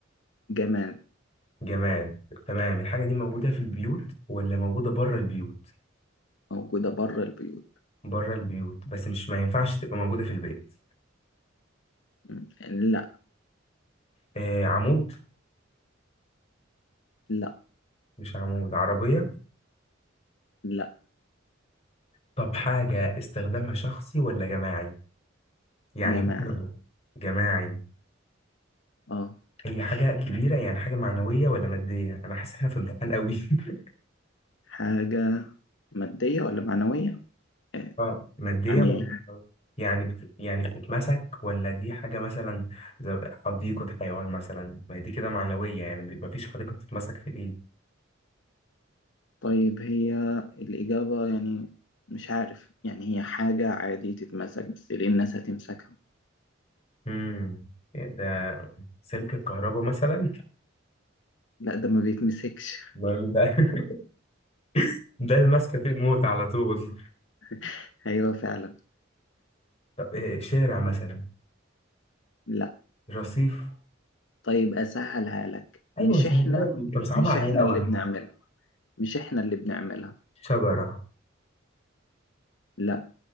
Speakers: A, on the left; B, on the left.
A: جماد
B: جماد تمام الحاجة دي موجودة في البيوت ولا موجودة بره البيوت
A: موجودة بره البيوت
B: بره البيوت بس مش ما ينفعش تبقى موجودة في البيت
A: مم. لا
B: آه، عمود
A: لا
B: مش عمود عربية
A: لا
B: طب حاجة استخدامها شخصي ولا جماعي يعني
A: جماعي
B: مثلاً جماعي
A: اه
B: هي حاجة كبيرة يعني حاجة معنوية ولا مادية أنا حاسس إحنا في امتحان قوي <laughs>
A: حاجة مادية ولا معنوية؟ آه،
B: اه مادية
A: يعني
B: ولا معنوية؟ يعني بت... يعني بتتمسك ولا دي حاجة مثلا زي حديقة حيوان مثلا ما دي كده معنوية يعني ما فيش حديقة بتتمسك في الإيد
A: طيب هي الإجابة يعني مش عارف يعني هي حاجة عادي تتمسك بس ليه الناس هتمسكها؟
B: امم ده سلك الكهرباء مثلا <laughs>
A: لا ده ما بيتمسكش
B: ما ده <laughs> ده المسكة فيه الموت على طول
A: <laughs> أيوه فعلا
B: طب إيه شارع مثلا
A: لا
B: رصيف
A: طيب أسهلها لك
B: ايوه
A: مش
B: سهلة
A: إحنا
B: لي. طب صعبة
A: مش
B: عليا
A: إحنا
B: قوي
A: اللي بنعملها مش إحنا اللي بنعملها
B: شجرة
A: لا